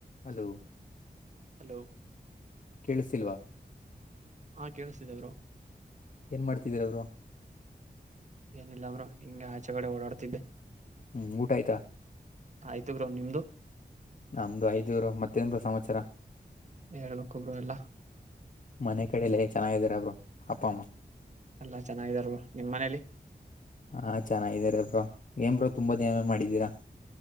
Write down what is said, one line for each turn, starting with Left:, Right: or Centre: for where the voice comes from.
Left: ಹಲೋ
Right: ಹಲೋ
Left: ಕೇಳಿಸಿಲ್ವಾ
Right: ಹಾ ಕೇಳಿಸತಿದವರು
Left: ಏನ್ ಮಾಡ್ತಿದೀರ ಅವರು
Right: ಏನಿಲ್ಲ ಅವರು ಹಿಂಗಗೆ ಆಚೆಗಡೆ ಓಡಾಡ್ತಿದ್ದೆ
Left: ಹ್ಮ್ ಊಟ ಆಯ್ತಾ
Right: ಆಯ್ತು ಬ್ರೋ ನಿಮ್ದು
Left: ನಮ್ದು ಅಯ್ತು ಬ್ರೋ ಮತ್ತೇನ್ ಬ್ರೋ ಸಮಾಚಾರ
Right: ಹೇಳ್ಬೇಕು ಬ್ರೋ ಎಲ್ಲಾ
Left: ಮನೆ ಕಡಲ್ಲ ಚೆನ್ನಾಗಿದಾರ ಬ್ರೋ ಅಪ್ಪ ಅಮ್ಮ
Right: ಎಲ್ಲಾ ಚೆನ್ನಾಗಿದಾರ ಬ್ರೋ ನಿಮ್ ಮನೇಲಿ
Left: ಹಾ ಚೆನ್ನಾಗಿದಾರೆ ಬ್ರೋ ಏನ್ ಬ್ರೋ ತುಂಬಾ ದಿನದ್ ಮೇಲೆ ಮಾಡಿದ್ದೀರಾ